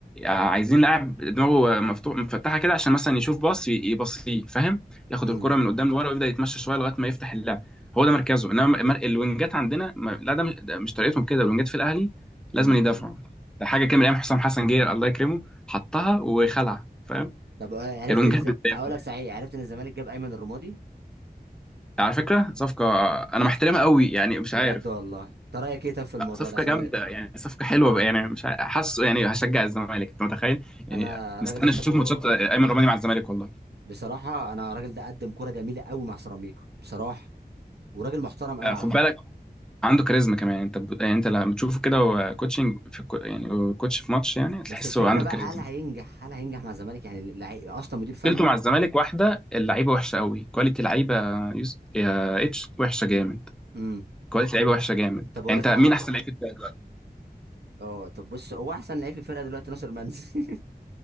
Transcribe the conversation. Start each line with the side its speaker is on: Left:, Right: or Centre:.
Centre: آه، عايزين لاعب دماغه مفتوح مفتحه كده عشان مثلا يشوف باص ي- يبصيه فاهم ياخد
Right: امم
Centre: الكره من قدام لورا ويبدا يتمشى شويه لغايه ما يفتح اللعب هو ده مركزه انما مر- الوينجات عندنا ما- لا ده مش ده مش طريقتهم كده الوينجات في الاهلي لازم
Right: امم
Centre: يدافعوا ده حاجه كان من ايام حسام حسن جير الله يكرمه حطها وخلع فاهم
Right: طب آه، عرفت
Centre: الوينجات
Right: إز...
Centre: بتدافع
Right: اقول لك صحيح عرفت ان الزمالك جاب ايمن الرمادي
Centre: على فكره صفقه انا محترمها قوي يعني مش
Right: بجد
Centre: عارف
Right: والله انت رايك ايه طب في الموضوع
Centre: لا، صفقة
Right: ده عشان
Centre: جامدة
Right: انا
Centre: يعني صفقة حلوة يعني مش ع- حاسه يعني هشجع الزمالك انت متخيل يعني
Right: أنا الراجل
Centre: مستني
Right: ده شايفه
Centre: اشوف ماتشات ايمن رمادي مع الزمالك والله
Right: بصراحه انا الراجل ده قدم كوره جميله قوي مع سيراميكا بصراحه وراجل محترم قوي
Centre: آه،
Right: على
Centre: خد
Right: فكره
Centre: بالك عنده كاريزما كمان انت ب... يعني انت لما تشوفه كده هو كوتشنج في الكو... يعني هو كوتش في ماتش يعني تحسه
Right: بس الفكره
Centre: عنده
Right: بقى
Centre: كاريزما
Right: هل هينجح هل هينجح مع الزمالك يعني اللعيب اصلا مدير
Centre: مشكلته
Right: فني
Centre: مع الزمالك واحدة اللعيبة وحشة قوي كواليتي لعيبة يوس... يا اتش وحشة جامد
Right: مم. امم
Centre: كواليتي لعيبة وحشة جامد
Right: طب اقول
Centre: يعني
Right: لك
Centre: انت
Right: على
Centre: مين
Right: حاجه
Centre: احسن لعيب في الفرقة دلوقتي؟
Right: اه طب بص هو احسن لعيب في الفرقه دلوقتي ناصر منسي